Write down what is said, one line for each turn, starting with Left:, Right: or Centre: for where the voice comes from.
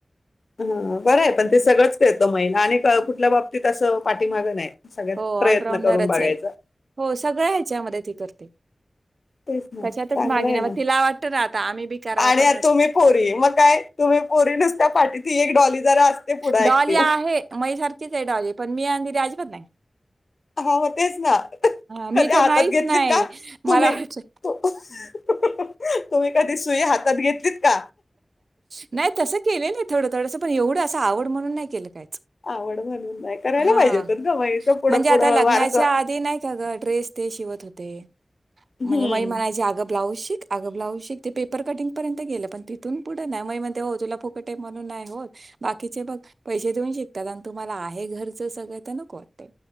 Left: हा बरं आहे पण ते सगळंच येतो महिना आणि कुठल्या बाबतीत असं पाठीमागं नाही. सगळ्यात
Right: हो
Left: प्रयत्न
Right: ऑलराऊंडरच
Left: करून बघायचा.
Right: आहे हो सगळं ह्याच्यामध्ये ती करते.
Left: तेच ना
Right: कशातच
Left: चांगलं
Right: मागे
Left: आहे
Right: नाही.
Left: ना
Right: मग तिला वाटतं ना, आता आम्ही बी करावं,
Left: आणि
Right: पण
Left: आता तुम्ही पोरी मग काय तुम्ही पोरी नुसत्या पाठीत एक डॉली जरा असते पुढे
Right: डॉली
Left: ऍक्टिव्ह
Right: आहे मई सारखीच आहे डॉली पण. मी आणि राजपत आ
Left: हा हो तेच ना कधी
Right: मी
Left: हातात
Right: तर नाहीच
Left: घेतलीत
Right: नाही
Left: का
Right: मला
Left: तुम्ही
Right: वाट
Left: तुम्ही कधी सुई हात घेतलीत. का
Right: नाही तस केले ना थोडं थोडं पण एवढं आवड म्हणून नाही केलं काय.
Left: आवड म्हणून. नाही करायला
Right: हा
Left: पाहिजे तर गमाईचं पुढं
Right: म्हणजे
Left: पुढं
Right: आता लग्नाच्या
Left: वारसा
Right: आधी नाही का गं ड्रेस ते शिवत होत ते
Left: हम्म
Right: म्हणजे मई म्हणायची अगं ब्लाऊज शिक अग ब्लाऊज शिक ते पेपर कटिंग पर्यंत गेलं पण तिथून पुढे नाही म्हण तुला फुकटे म्हणून नाही हो बाकीचे पैशे देऊन शिकतात हे घरचं सगळं तर नको वाटे